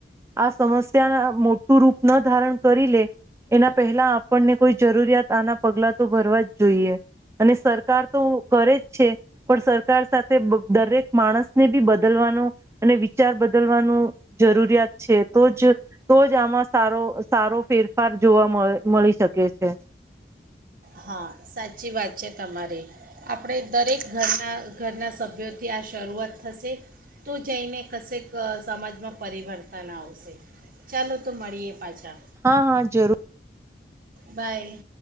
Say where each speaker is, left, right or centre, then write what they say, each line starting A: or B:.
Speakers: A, on the right; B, on the right.
A: આ સમસ્યા મોટું રૂપ ન ધારણ કરી લે એના પહેલા આપણને કોઈ જરૂરિયાત આના પગલા તો ભરવાજ જોઈએ અને સરકાર તો કરે જ છે, પણ સરકાર સાથે દરેક માણસને બી બદલવાનો અને વિચાર બદલવાનું જરૂરિયાત છે, તોજ તો જ આમાં સારો સારો ફેરફાર જોવા મળ મળી શકે છે.
B: હા, સાચી વાત છે તમારી. આપડે દરેક ઘરના ઘરના સભ્યોથી આ શરૂઆત થશે. તો જઈને કશેક સમાજમાં પરિવર્તન આવશે. ચાલો તો મળીએ પાછા.
A: હા, હા, જરૂર.
B: બાય.